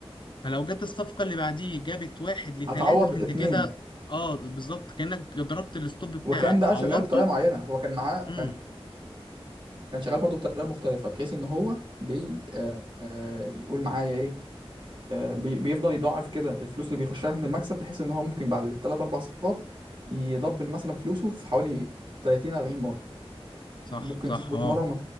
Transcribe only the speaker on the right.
هتعوض
اتنين
وكان بقى
شغال بطريقه معينه هو كان معاه
كان كان شغال برضه بطريقه مختلفه بحيث ان هو بي آه آه، يقول معايا ايه آه بي بيفضل يضاعف كده الفلوس اللي بيخشها من المكسب بحيث ان هو ممكن بعد 3 4 صفقات يدبل مثلا فلوسه في حوالي 30 40 مره
وممكن
تظبط
مره وما